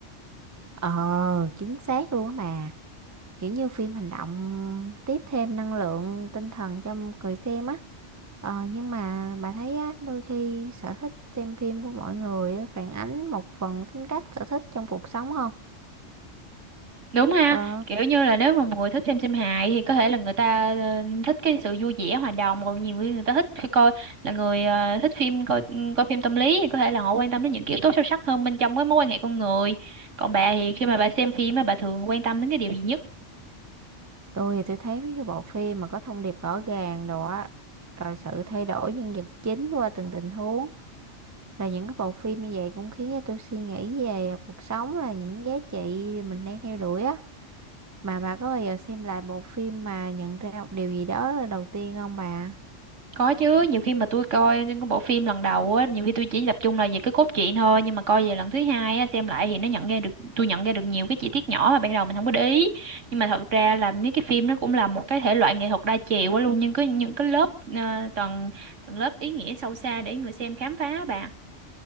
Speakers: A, on the right; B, on the right.
A: ờ chính xác luôn á bà kiểu như phim hành động tiếp thêm năng lượng tinh thần cho người xem á ờ, nhưng mà bà thấy á đôi khi sở thích xem phim của mọi người á, phản ánh một phần tính cách sở thích trong cuộc sống không
B: đúng ha
A: ờ,
B: kiểu như là nếu mà một người thích xem phim hài thì có thể là người ta ờ, thích cái sự vui vẻ hòa đồng còn nhiều người người ta thích khi coi là người ờ, thích phim coi ừ, coi phim tâm lý thì có thể là họ quan tâm đến những kiểu tố sâu sắc hơn bên trong cái mối quan hệ con người còn bà thì khi mà bà xem phim á, bà thường quan tâm đến cái điều gì nhất
A: tôi thì tôi thấy mấy cái bộ phim mà có thông điệp rõ ràng đồ á rồi sự thay đổi nhân vật chính qua từng tình huống rồi những cái bộ phim như vậy cũng khiến cho tôi suy nghĩ về cuộc sống là những giá trị mình đang theo đuổi á Mà bà có bao giờ xem lại bộ phim mà nhận ra một điều gì đó là đầu tiên không bà?
B: Có chứ, nhiều khi mà tôi coi những cái bộ phim lần đầu á, nhiều khi tôi chỉ tập trung là về cái cốt truyện thôi, nhưng mà coi về lần thứ hai á, xem lại thì nó nhận ra được tôi nhận ra được nhiều cái chi tiết nhỏ mà ban đầu mình không có để ý. Nhưng mà thật ra là mấy cái phim nó cũng là một cái thể loại nghệ thuật đa chiều quá luôn, nhưng có những cái lớp ờ, tầng tầng lớp ý nghĩa sâu xa để người xem khám phá bà.